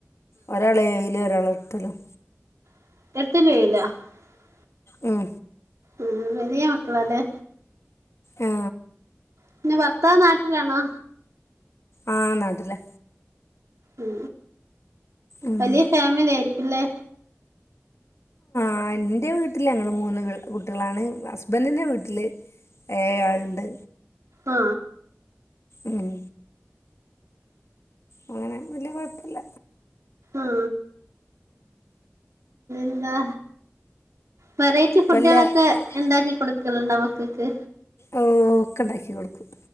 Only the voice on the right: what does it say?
<unintelligible>
ഉ വലിയ മക്കളല്ലേ
പിന്നെ ഭർത്താവ് നാട്ടിലാണോ
ഉ
വലിയ ഫാമിലി ആയിരിക്കല്ലേ
ആ
ആ എന്താ വെറൈറ്റി
ഫുഡുകളൊക്കെ
ഉണ്ടാക്കി കൊടുക്കലുണ്ട മക്കക്ക്